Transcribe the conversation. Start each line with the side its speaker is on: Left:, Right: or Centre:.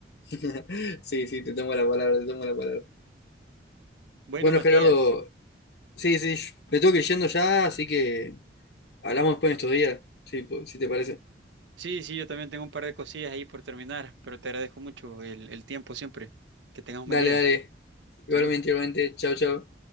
Left: <laughs> Sí, sí, te tomo la palabra, te tomo la palabra.
Right: Bueno,
Left: Bueno,
Right: Matías,
Left: Gerardo, sí, sí, sh- me tengo que ir yendo ya, así que hablamos después en estos días, sí, po- si te parece.
Right: sí, sí, yo también tengo un par de cosillas ahí por terminar, pero te agradezco mucho el, el tiempo siempre. Que tengas un
Left: Dale,
Right: buen día.
Left: dale, igualmente,
Right: Salud.
Left: igualmente, chao, chao.